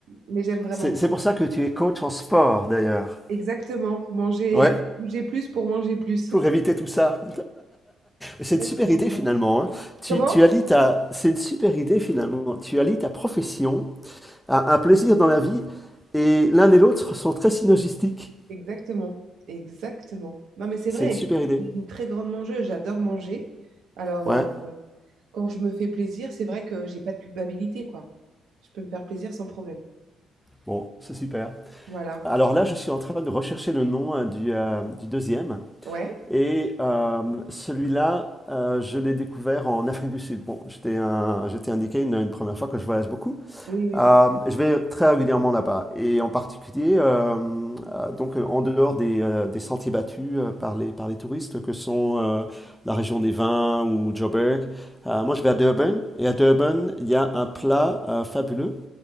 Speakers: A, on the right (about 60°); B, in the centre.
A: mais j'aime vraiment
B: C'est
A: ça.
B: c'est pour ça que tu es coach en sport, d'ailleurs.
A: Exactement, manger,
B: Ouais.
A: bouger plus pour manger plus.
B: Pour éviter tout ça.
A: <laughs>
B: C'est
A: Exactement.
B: une super idée, finalement. hein. Tu,
A: Comment?
B: tu allies ta... C'est une super idée, finalement. Tu allies ta profession à un plaisir dans la vie, et l'un et l'autre sont très synergistiques.
A: Exactement, exactement. Non, mais c'est
B: C'est
A: vrai,
B: une super
A: et puis,
B: idée.
A: je suis une très grande mangeuse, j'adore manger. Alors,
B: Ouais.
A: euh, quand je me fais plaisir, c'est vrai que j'ai pas de culpabilité, quoi. Je peux me faire plaisir sans problème.
B: Bon, c'est super.
A: Voilà.
B: Alors là, je suis en train de rechercher le nom hein, du, euh, du deuxième.
A: Ouais.
B: Et euh, celui-là, euh, je l'ai découvert en Afrique du Sud. Bon, je t'ai un- je t'ai indiqué une, une première fois que je voyage beaucoup.
A: Oui, oui,
B: Euh,
A: bien.
B: je vais très régulièrement là-bas. Et en particulier, euh, euh, donc, euh, en dehors des, euh, des sentiers battus euh, par les, par les touristes que sont euh, la région des vins ou Joburg, euh, moi je vais à Durban. Et à Durban, il y a un plat euh, fabuleux